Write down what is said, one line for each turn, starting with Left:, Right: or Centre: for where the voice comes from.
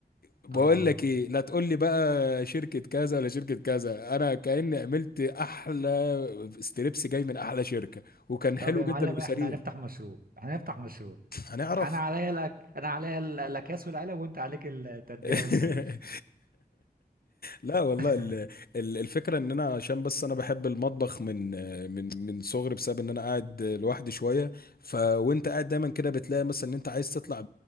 Left: بقول
Right: آه.
Left: لك ايه لا تقول لي بقى شركه كذا ولا شركه كذا انا كاني عملت احلى ستريبس جاي من احلى شركه وكان
Right: طب
Left: حلو
Right: يا
Left: جدا
Right: معلم
Left: وسريع
Right: احنا هنفتح مشروع احنا هنفتح مشروع
Left: هنعرف
Right: انا عليا الأك... انا عليا ال- الاكياس والعلب وانت عليك التتبيله
Left: <laughs>
Right: والفراخ
Left: لا والله
Right: <laughs>
Left: ال- ال- الفكره ان انا عشان بس انا بحب المطبخ من من من صغري بسبب ان انا قاعد لوحدي شويه فوانت قاعد دايما كده بتلاقي مثلا ان انت عايز تطلع